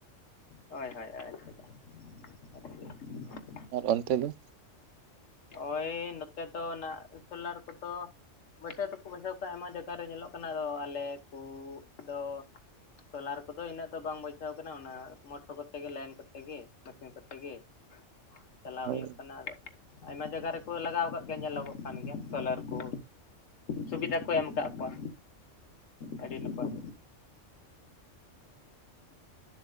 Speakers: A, on the left; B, on the right.
A: ᱦᱳᱭ ᱦᱳᱭ ᱦᱳᱭ ᱟᱪᱪᱷᱟ ᱟᱪᱪᱷᱟ,
B: ᱟᱨ ᱚᱱᱛᱮ ᱫᱚ?
A: ᱳᱭ ᱱᱚᱛᱮ ᱫᱚ ᱚᱱᱟ ᱥᱳᱞᱟᱨ ᱠᱚᱫᱚ, ᱵᱟᱹᱭᱥᱷᱟᱹᱣ ᱛᱮᱠᱚ ᱵᱟᱹᱭᱥᱷᱟᱹᱣ ᱠᱚᱜᱼᱟ ᱟᱭᱢᱟ ᱡᱟᱭᱜᱟ ᱨᱮ ᱧᱮᱞᱚᱜ ᱠᱟᱱᱟ ᱟᱫᱚ ᱟᱞᱮ ᱠᱚᱻᱫᱚ, ᱥᱚᱞᱟᱨ ᱠᱚᱫᱚ ᱤᱱᱟᱹᱜ ᱫᱚ ᱵᱟᱝ ᱵᱟᱭᱥᱟᱹᱣ ᱠᱟᱱᱟ ᱚᱱᱟ ᱢᱚᱴᱚ ᱠᱚᱛᱮ ᱜᱮ ᱞᱟᱭᱤᱱ ᱠᱚᱛᱮ ᱜᱮ ᱢᱮᱥᱤᱱ ᱠᱚᱛ, ᱛᱮᱜᱮ ᱪᱟᱞᱟᱣ
B: ᱦᱳᱭ
A: ᱦᱩᱭᱩᱜ ᱠᱟᱱᱟ ᱟᱫᱚ, ᱟᱭᱢᱟ ᱡᱟᱭᱜᱟ ᱨᱮᱠᱚ ᱞᱟᱜᱟᱣ ᱠᱟᱜ ᱜᱮᱭᱟ ᱧᱮᱞᱚᱜᱚᱜ ᱠᱟᱱ ᱜᱮᱭᱟ ᱥᱚᱞᱟᱨ ᱠᱚ᱾ ᱥᱩᱵᱤᱫᱟ ᱠᱚ ᱮᱢ ᱟᱠᱟᱜ ᱠᱚᱣᱟ ᱟᱹᱰᱤ ᱱᱟᱯᱟᱭ᱾